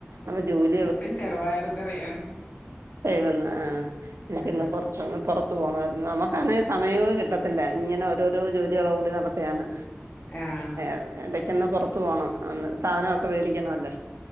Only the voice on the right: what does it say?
മ്പോ ജോലി
എഴതുന്ന ആ എനിക്കിന്ന്
കൊറചോ പൊറത്തു പോണയിരുന്നു നമക്ക്ആന്നെ സമയവു കിട്ടത്തില്ല ഇങ്ങനെ ഓരോരോ ജോലികളോ ഓടി നടത്തിയാണ്.
ഏ എടയ്ക്കന്ന് പൊറത്തു പോണം സാനോക്കെ മേടിക്കണ അല്ലേ.